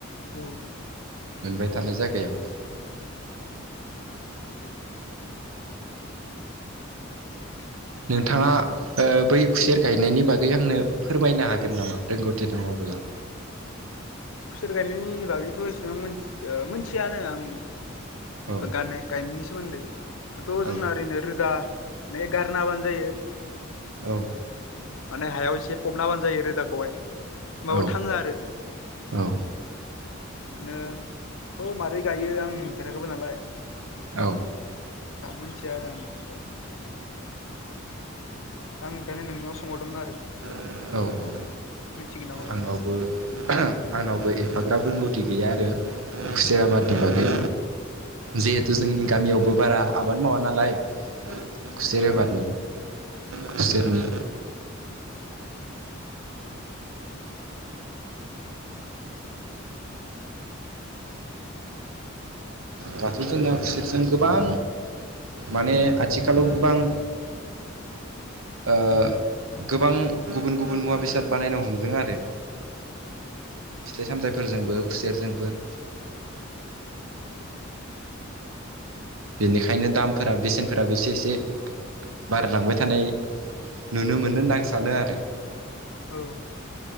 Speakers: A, on the left; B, on the right.
A: औ
B: मोनबाय थानाय जायगायाव।
A: <inaudible>
B: नोंथाङा ओ बै खुसेर गायनायनि बागै आंनो फोरमायनो हागोन नामा रोंगौथि दङब्ला?
A: खुसेर गायनायनि बागैथ' एसेबांथि मोन मोनथियानो आं
B: औ
A: गानाय गायनायनि सोमोन्दै थ'
B: औ
A: जोंना ओरैनो रोदा गारनाबानो जायो।
B: औ
A: माने हायाव एसे फबनाबानो जायो रोदाखौहाय होनबाबो
B: औ
A: थाङो आरो
B: औ
A: बिनो थ माबारै गायो आं नुफेराखैबो नालाय
B: औ
A: दा मिथिया आरो आं बेफोरफोरखौ आं ओंखायनो नोंनियाव सोंहरदोंमोन आरो।
B: औ औ
A: मिथिगोन नामा होननानै
B: आंनावबो आंनावबो एफाग्राब रोंगौथि गैया आरो खुसिर आबादनि बागै। जिहेथु जोंनि गामियावबो बारा आबाद मावा नालाय खुसेर आबादनि
A: औ
B: खुसेरनि। दाथ' जोंना खुसेरजों गोबां माने आथिखालाव गोबां ओ गोबां गुबुन गुबुन मुवा बेसाद बानायनो हमदों आरो।
A: <inaudible>
B: फिथाइ सामथाइफोरजोंबो खुसेरजोंबो बेनिखायनो दामफोरा बेसेनफोराबो एसे एसे बारलांबाय थानाय नुनो मोनो होनना आं सानो आरो।
A: औ